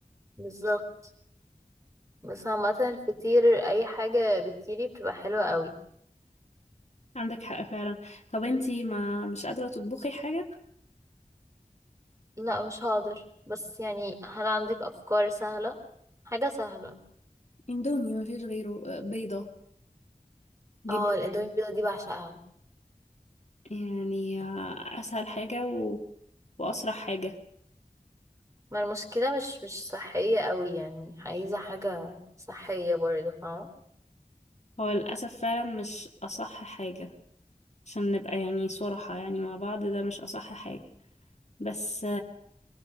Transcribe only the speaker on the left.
عندك حق فعلا طب انتي ما مش قادرة تطبخي حاجة
اندومي ما فيش غيره آه، بيضة جبن
يعني آه، اسهل حاجة و... واسرع حاجة
هو للاسف فعلا مش اصح حاجة عشان نبقى يعني صراحة يعني مع بعض ده مش اصح حاجة بس